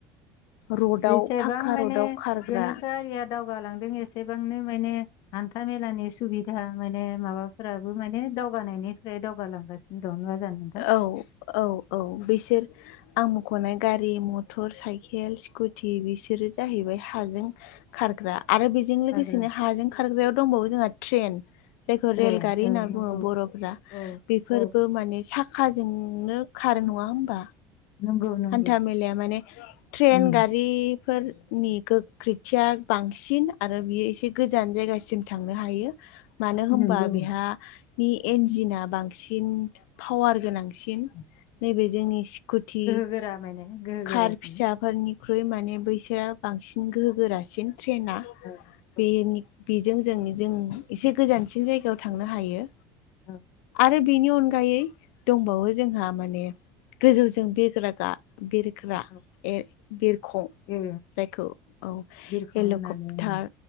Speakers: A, on the left; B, on the left.
A: रडआव
B: जेसेबां
A: फाक्का
B: माने
A: रडआव खारग्रा
B: गोनोखोआरिया दावगालांदों एसेबांनो माने हान्था मेलानि सुबिदा माने माबा फोराबो माने दावगानायनिफ्राय दावगालांगासिनो दं नङा जानो नोंथां?
A: औ औ औ बिसोर आं मख'नाय गारि मथ थर साइकेल स्कुटि बिसोरो जाहैबाय हाजों खारग्रा आरो बेजों लोगोसेनो
B: खारग्रा
A: हाजों खारग्रायाव दंबावो जोंहा ट्रेन जायखौ
B: ट्रेन
A: रेलगारि होनना
B: ओ नंगौ
A: बुङो बर'फोरा
B: औ
A: बेफोर
B: औ
A: माने साखाजोंनो खारो नङा होमबा
B: नंगौ नंगौ
A: हान्था मेलाया माने ट्रेन
B: उम
A: गारि बेफोरनि गोख्रैथिया बांसिन आरो बियो एसे गोजान जायगासिम थांनो हायो मानो होनबा
B: नंगौ
A: बेहानि इन्जिना बांसिन पावार गोनांसिन
B: औ
A: नैबे जोंनि स्कुटि
B: <unintelligible>
A: कार
B: गोरासिन
A: फिसाफोरनिख्रुइ माने बैसोरा बांसिन गोहो गोरासिन ट्रेना
B: औ औ
A: बेनि बेजों जों जों एसे गोजानसिन जायगायाव थांनो हायो
B: औ
A: आरो बेनि अनगायै दंबावो जोंहा माने गोजौजों बिरग्रा गा बिरग्रा
B: औ
A: बिरखं
B: ए
A: जायखौ औ।
B: बिरखं
A: हेलिकप्टार,
B: होननानै